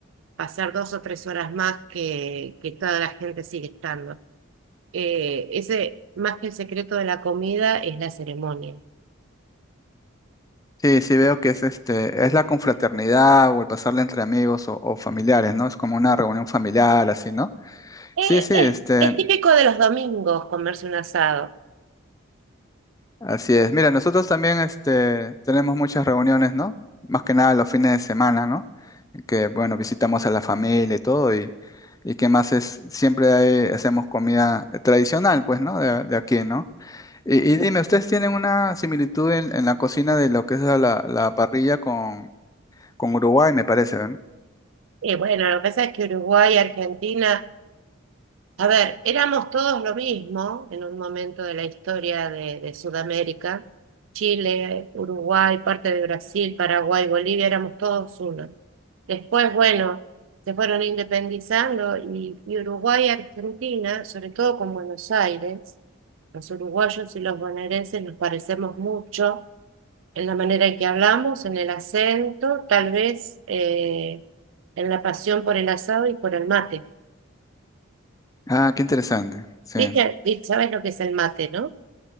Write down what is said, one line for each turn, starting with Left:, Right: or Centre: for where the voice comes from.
Right: pasar dos o tres horas más que, que toda la gente sigue estando eh, ese, más que el secreto de la comida, es la ceremonia.
Left: Sí, sí veo que es este, es la confraternidad o el pasarla entre amigos o, o familiares, ¿no? Es como una reunión familiar, así, ¿no?
Right: Eh,
Left: Sí, sí, este,
Right: es, es típico de los domingos comerse un asado.
Left: Así es. Mira, nosotros también este, tenemos muchas reuniones, ¿no? Más que nada los fines de semana, ¿no? En Que, bueno, visitamos a la familia y todo, y, y qué más es, siempre hay- hacemos comida tradicional, pues, ¿no? De, de aquí, ¿no? Y, y dime, ¿ustedes tienen una similitud en, en la cocina de lo que es la, la parrilla con, con Uruguay, me parece, ¿verdad?
Right: Eh, bueno, lo que pasa es que Uruguay y Argentina A ver, éramos todos lo mismo en un momento de la historia de, de Sudamérica. Chile, Uruguay, parte de Brasil, Paraguay, Bolivia, éramos todos uno. Después, bueno, se fueron independizando y, y Uruguay y Argentina, sobre todo con Buenos Aires, los uruguayos y los bonaerenses nos parecemos mucho en la manera en que hablamos, en el acento, tal vez eh, en la pasión por el asado y por el mate.
Left: Ah, qué interesante, sí.
Right: Viste, vi- sabes lo que es el mate, ¿no?